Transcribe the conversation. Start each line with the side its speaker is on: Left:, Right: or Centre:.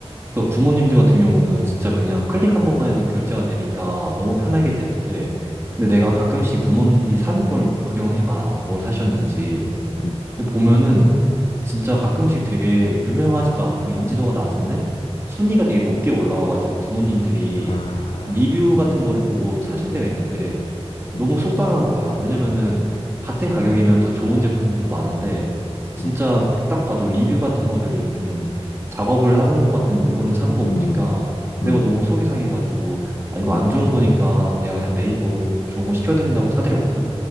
Right: 그러니까 부모님들 같은 경우는 진짜 그냥 클릭 한 번만 해도 결제가 되니까 너무 편하게 되는데 근데 내가 가끔씩 부모님들이 사는 걸 구경해 봐. 뭘 사셨는지.
Left: 음,
Right: 근데 보면은 진짜 가끔씩 되게 유명하지도 않고 인지도가 낮은데 순위가 되게 높게 올라와가지고 부모님들이
Left: 아,
Right: 리뷰 같은 거를 보고 사실 때가 있는데 너무
Left: 음,
Right: 속상한 거야. 왜냐면은 같은 가격이면 더 좋은 제품들도 많은데 진짜
Left: 음,
Right: 딱 봐도 리뷰 같은 거를 좀 작업을 하는 것 같은 물건을 사는 거
Left: 음,
Right: 보니까 내가
Left: 음,
Right: 너무 속이 상해가지고 아 이거
Left: 음,
Right: 안 좋은 거니까 내가 그냥 네이버로 좋은 거 시켜드린다고 사드렸거든.